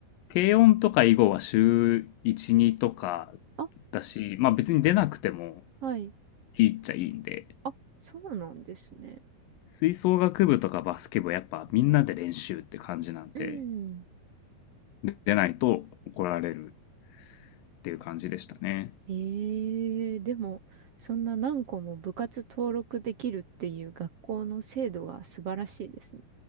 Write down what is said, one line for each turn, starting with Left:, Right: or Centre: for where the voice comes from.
Left: 軽音とか囲碁は週1、2とか
Right: あ、
Left: だし、まあ別に出なくても
Right: はい。
Left: いいっちゃいいんで、
Right: あ、そうなんですね。
Left: 吹奏楽部とかバスケ部はやっぱみんなで練習って感じなんで、
Right: うん。
Left: 出ないと怒られるっていう感じでしたね。
Right: ええでも、そんな何個も部活登録できるっていう学校の制度が素晴らしいですね。